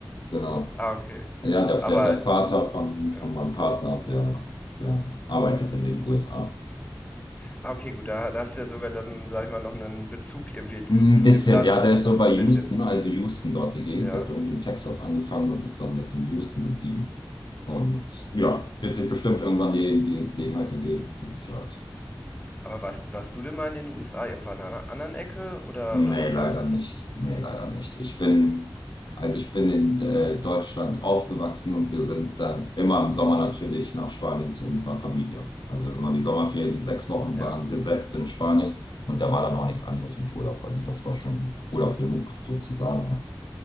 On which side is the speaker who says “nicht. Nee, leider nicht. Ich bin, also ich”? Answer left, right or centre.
Left